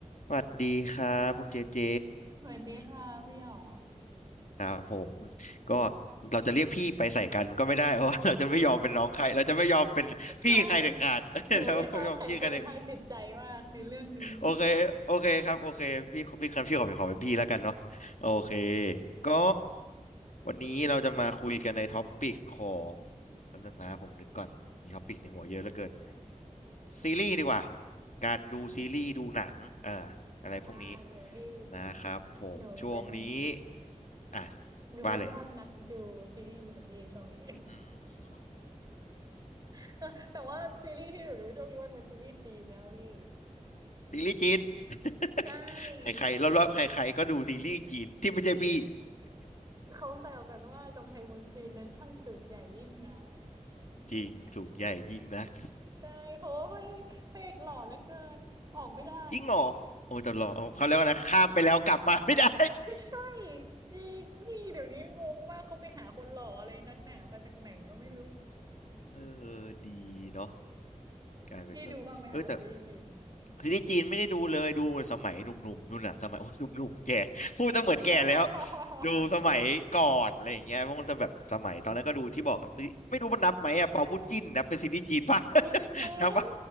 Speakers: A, on the left; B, on the right.
A: สวัสดีครับคุณเจเจ
B: สวัสดีค่ะพี่หยอง
A: ครับผมก็เราจะเรียกพี่ไปใส่กันก็ไม่ได้ <laughs> เพราะว่าเราจะไม่ยอมเป็นน้องใครเราจะไม่ยอมเป็นพี่ใครเด็ดขาด
B: <laughs> ใช่
A: <laughs>
B: หนูมีความแข็งแกร่งทางจิตใจมากในเรื่องนี้
A: เราไม่ยอมพี่ใครเด็ด โอเค โอเคครับ โอเค พี่พี่คันพี่ขอขอเป็นพี่แล้วกันเนาะโอเค ก็วันนี้เราจะมาคุยกันในท็อปปิกของแป๊บนึงนะผมนึกก่อน มีท็อปปิกในหัวเยอะเหลือเกินซีรีส์ดีกว่า การดูซีรีส์ดูหนังเอ่ออะไรพวกนี้
B: ได้เลยพี่
A: นะครับผมช่วงนี้
B: หนูเป็น
A: อ่ะ
B: หนูเป็นยอดนักดูซีรีส์ค่ะพี่ช่วงนี้
A: ว่าเลยอืม
B: <laughs> แต่ว่าซีรีส์ที่หนูดูช่วงนี้มันเป็นซีรีส์จีนนะพี่
A: ซีรีส์จีน <laughs>
B: ใช่
A: ใครๆ รอบๆใครๆก็ดูซีรีส์จีนที่ไม่ใช่พี่
B: เขาแซวกันว่ากำแพงเมืองจีนนั้นช่างสูงใหญ่ยิ่งนะ
A: จริงสูงใหญ่ยิ่งนัก
B: ใช่เพราะว่าพระเอกพระเอกหล่อเหลือเกินออกไม่ได้
A: จริงเหรอโอ้ยต่อดเอาเขาเรียกว่านะข้ามไปแล้วกลับมาไม่ได้
B: ใช่จริงนี่เดี๋ยวนี้งงมากเขาไปหาคนหล่ออะไรนักหนามาจากไหนก็ไม่รู้
A: <laughs> เออดีเนาะกลายเป็นแบบเออแต่
B: พี่ดูบ้างไหมคะซีรีส์จีน
A: ซีรีส์จีนไม่ได้ดูเลยดูสมัยหนุ่มๆนู่นน่ะสมัยโอ้ยหนุ่มๆแก่พูดจะเหมือนแก่แล้ว
B: <laughs>
A: ดูสมัยก่อนอะไรอย่างเงี้ยมันจะแบบสมัยตอนนั้นก็ดูที่บอกกับไม่รู้มันนับไหมอะเปาบุญจิ้นนับเป็นซีรีส์จีนป่ะ
B: พี่ <laughs> เป็น
A: <laughs> นับป่ะ